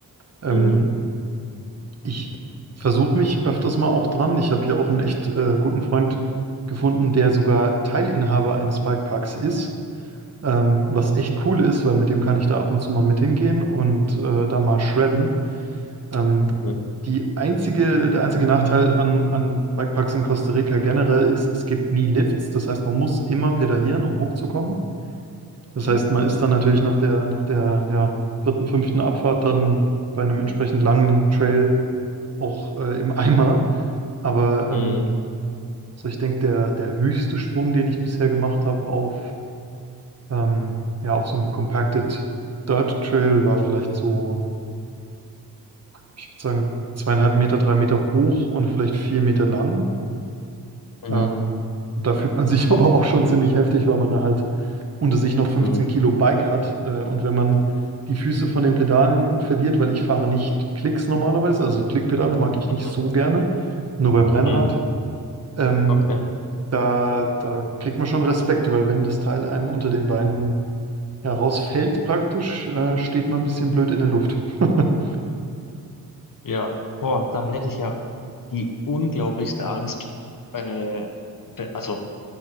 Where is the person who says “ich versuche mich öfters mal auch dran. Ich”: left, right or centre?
Right